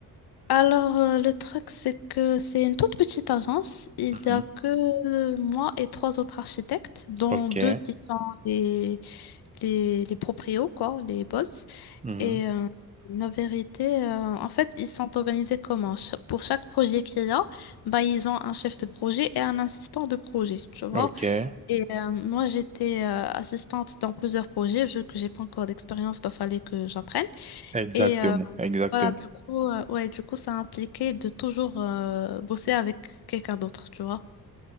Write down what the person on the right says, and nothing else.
Mhm.
OK.
Mhm.
OK.
Exactement.
Exactement.